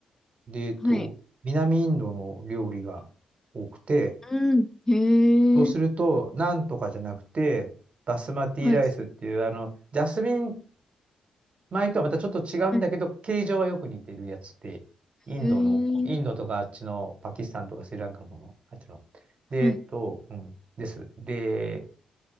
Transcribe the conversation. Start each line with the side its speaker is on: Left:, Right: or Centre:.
Right: で、えっと、
Left: はい。
Right: 南インドの料理が多くて、
Left: うん。へえ。
Right: そうすると、なんとかじゃなくて、バスマティライスっていう、
Left: はい。
Right: あの、ジャスミン米とはまたちょっと違うんだけど、
Left: はい。
Right: 形状はよく似てるやつで、インドの、
Left: へえ。
Right: インドとかあっちのパキスタンとかスリランカもの、あっちの。
Left: はい。
Right: で、えっと、うん、です。で、